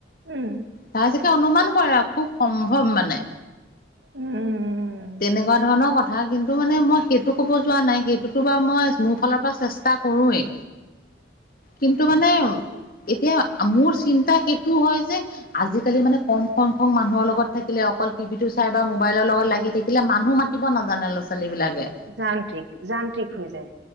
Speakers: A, on the right (about 80°); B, on the left (about 50°).
A: উমঁ।
B: তাৰ চাগে অনুমান কৰে আৰু খুব সম্ভৱ মানে।
A: উম
B: তেনেকুৱা ধৰণৰ কথা। কথা কিন্তু মানে মই সেইটো ক'ব যোৱা নাই। সেইটোতো বাৰু মই মোৰ ফালৰ পৰা চেষ্টা কৰোঁৱেই। কিন্তু মানে এতিয়া মোৰ চিন্তা সেইটো হয় যে আজিকালি মানে কম সংখ্যক মানুহৰ লগত থাকিলে অকল টিভিটো চাই বা মোবাইলৰ লগত লাগি থাকিলে মানুহ মাতিব নাজানে ল'ৰা ছোৱালী বিলাকে।
A: যান্ত্ৰিক, যান্ত্ৰিক হৈ যায়।